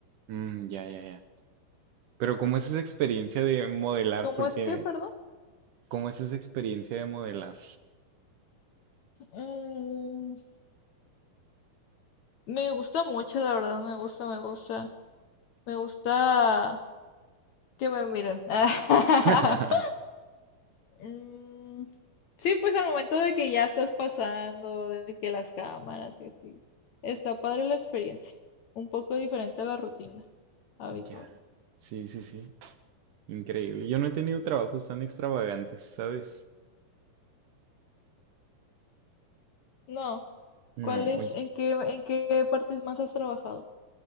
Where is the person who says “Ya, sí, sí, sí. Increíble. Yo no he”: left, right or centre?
Right